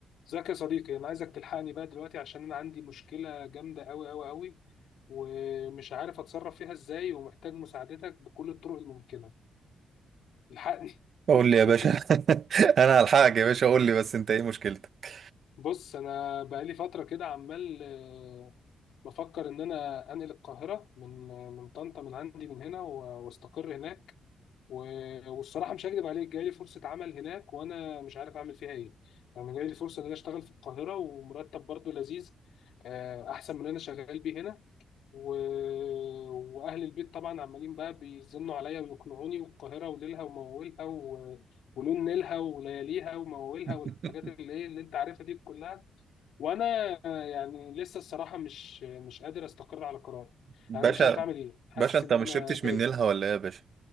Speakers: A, on the left (about 80°); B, on the right (about 55°).
A: ازيك يا صديقي انا عايزك تلحقني بقى دلوقتي عشان انا عندي مشكلة جامدة قوي قوي قوي ومش عارف اتصرف فيها ازاي ومحتاج مساعدتك بكل الطرق الممكنة الحقني
B: قول
A: <laughs>
B: لي يا باشا <laughs> انا هلحقك يا باشا قول لي بس انت ايه مشكلتك
A: بص انا بقالي فترة كده عمال آه، بفكر ان انا انقل القاهرة من من طنطا من عندي من هنا و- واستقر هناك و- والصراحة مش هكدب عليك جاي لي فرصة عمل هناك وانا مش عارف اعمل فيها ايه يعني جاي لي فرصة ان انا اشتغل في القاهرة ومرتب برضو لذيذ آه، احسن من اللي انا شغال بيه هنا و... واهل البيت طبعا عمالين بقى بيزنوا عليا ويقنعوني والقاهره وليلها ومواويلها و... ولون نيلها ولياليها ومواويلها
B: <laughs>
A: والحاجات اللي ايه اللي انت عارفها دي كلها وانا يعني لسه الصراحه مش مش قادر استقر على قرار
B: باشا
A: يعني انا مش عارف اعمل ايه حاسس
B: باشا انت
A: ان
B: ما
A: انا
B: شربتش
A: تايه
B: من نيلها ولا ايه يا باشا